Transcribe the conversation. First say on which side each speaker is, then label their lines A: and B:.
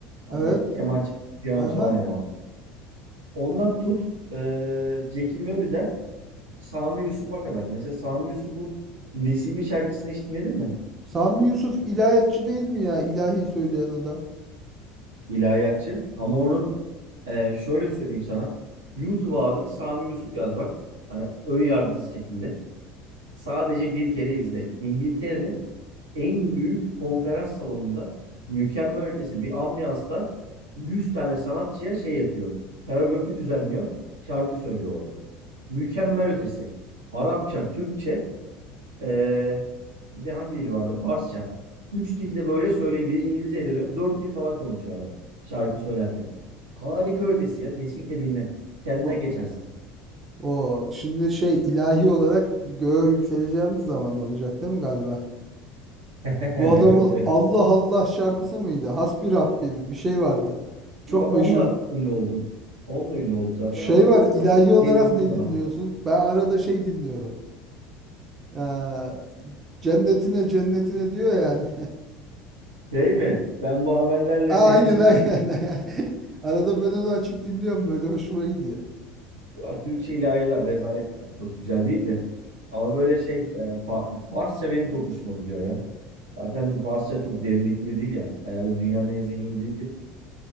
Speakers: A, on the right; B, on the right.
A: Hani
B: Evet.
A: keman çalan, piyano
B: Aha.
A: çalan eleman. Ondan tut e, Jackie Murray'den Sami Yusuf'a kadar. Mesela Sami Yusuf'un Nesimi şarkısını hiç dinledin mi?
B: Sami Yusuf ilahiyatçı değil mi ya? İlahi söyleyen adam.
A: İlahiyatçı. Ama onun e, şöyle söyleyeyim sana. YouTube abi Sami Yusuf yaz bak. Hani ön yargısız şekilde. Sadece bir kere izle. İngiltere'nin en büyük konferans salonunda mükemmel ötesi bir ambiyansta 100 tane sanatçıya şey yapıyor. Koreografi düzenliyor. Şarkı söylüyor orada. Mükemmel ötesi. Arapça, Türkçe, ee, bir de hangi dil vardı? Farsça. Üç dilde böyle söylüyor. Bir de İngilizce dönüyor. Dört dil falan konuşuyor adam şarkı söylerken. Harika ötesi ya. Kesinlikle dinle. Kendinden
B: O,
A: geçersin.
B: o şimdi şey ilahi olarak göğe yükseleceğimiz zaman olacak değil mi galiba?
A: <laughs>
B: Bu
A: Evet
B: adamın
A: evet.
B: Allah Allah şarkısı mıydı? Hasbi Rabbi mi? Bir şey vardı. Çok
A: Bak
B: meşhur.
A: onunla ünlü oldum. Onunla ünlü oldu zaten
B: Şey
A: ama
B: var ilahi
A: çok
B: olarak
A: derinlikli
B: ne
A: bir adam.
B: dinliyorsun? Ben arada şey dinliyorum. Ee, cennetine cennetine diyor yani.
A: Şey mi? Ben bu amellerle
B: <laughs> Aynen
A: seni cennetine
B: aynen. <laughs>
A: girerim. <laughs>
B: Arada ben onu açıp dinliyorum böyle hoşuma gidiyor.
A: Ya Türkçe ilahiler rezalet ya. Çok güzel değil de. Ama böyle şey e, Fa- Farsça benim çok hoşuma gidiyor ya. Zaten Farsça çok derinlikli bir dil ya. Herhalde dünyanın en zengin dilidir.